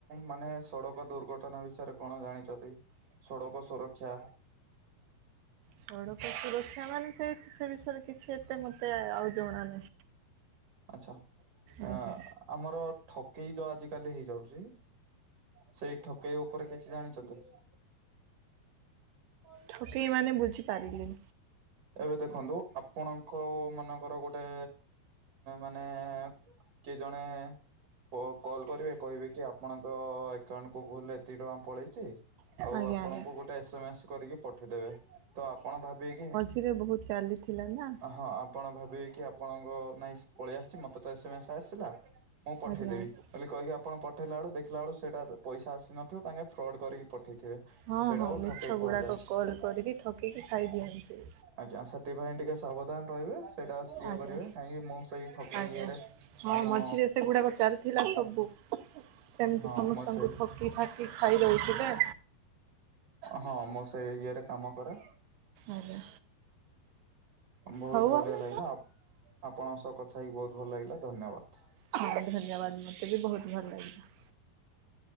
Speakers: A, on the right; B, on the right.
A: ମାନେ ସଡକ ଦୁର୍ଘଟଣା ବିଷୟରେ କଣ ଜାଣିଚ ସଡ଼କ ସୁରକ୍ଷା।
B: ସଡ଼କ ସୁରକ୍ଷା ମାନେ ସେଇ ସେ ବିଷରେ କିଛି ଏତେ ମତେ ଆଉ ଜଣାନାହିଁ।
A: ଆଚଛା
B: ଆଜ୍ଞା
A: ଆଁ ଆମର ଠକେଇ ଯଉ ଆଜିିକାଲି ହେଇଯାଉଛି। ସେଇ ଠକେଇ ଉପରେ କିଛି ଜାଣିଛନ୍ତି କି? <unintelligible>
B: ଠକେଇ ମାନେ ବୁଝିପାରିଲିନି।
A: ଏବେ ଦେଖନ୍ତୁ ଆପଣଙ୍କ ମାନଙ୍କର ଗୋଟେ ମାନେ କେ ଜଣେ ଓ କଲ୍ କରିବେ କହିବେ କି ଆପଣଙ୍କ ଆକାଉଣ୍ଟକୁୁ ଭୁଲ ଏତିକି ଟଙ୍କା ପଳେଇଛି ଆଉ
B: ଆଜ୍ଞା
A: ଆପଣଙ୍କୁ
B: ଆଜ୍ଞା
A: ଗୋଟେ ଏସ ଏମ ଏସ୍ କରିକି ପଠେଇଦେବେ, ତ ଆପଣ ଭାବିବେ କି
B: ଥିରେ ବହୁତ ଚାଲିଥିଲା ନା
A: ହଁ ଆପଣ ଭାବିବେ କି ଆପଣଙ୍କ ନାଇଁ ପଳେଇ ଆସିଛି, ମତେ ତ ଏସେ ମେସ ଆସିଲା ମୁଁ ପଠେଇଦେବି।
B: ଆଜ୍ଞା ଆଜ୍ଞା।
A: ବୋଲି କହିକ ଆପଣ ପଠେଇଲା ବେଳକୁ ଦେଖିଲା ଆଳୁକୁ ସେଇଟା ପଇସା ଆସିନଥିବ ତାଙ୍କେ ଫ୍ରଡ଼୍ କରିକି ପଠେଇଥିବେ।
B: ହଁ
A: ସେଇଟାକୁ
B: ହଁ ମିଛ
A: ଠକେଇ
B: ଗୁଡ଼ାକ
A: କୁହାଯାଏ।
B: କଲ୍ କରିକି ଠକିକି ଖାଇଦିଅନ୍ତି।
A: ଆଜ୍ଞା, ସେଥିପାଇଁ ଟିକେ ସାବଧାନ ରହିବେ। ସେଇଟା ଇଏ
B: ଆଜ୍ଞା
A: କରିବେ, କାହିଁକି ମୁଁ ସେଇ ଠକେଇ
B: ଆଜ୍ଞା
A: ଇଏରେ
B: ହଁ
A: ଆମ
B: ମଝିରେ ସେଗୁଡ଼ାକ ଚାଲିଥିଲା ସବୁ। ସେମିତି
A: ହଁ
B: ସମସ୍ତଙ୍କୁ
A: ମୁଁ ସେଇ
B: ଠକି ଠାକି ଖାଇ ଦଉଛି ନା।
A: ହଁ ମୁଁ ସେଇ ଇଏରେ କାମ କରେ।
B: ଆଜ୍ଞା।
A: ବହୁତ
B: ହଉ
A: ବଢିଆ
B: ଆମେ
A: ଲାଗିଲା, ଆପଣଙ୍କ ସହ କଥା ହେଇକି ବହୁତ ଭଲ ଲାଗିଲା ଧନ୍ୟବାଦ।
B: ହଁ ଧନ୍ୟବାଦ ମୋତେ ବି ବହୁତ ଭଲ ଲାଗିଲା।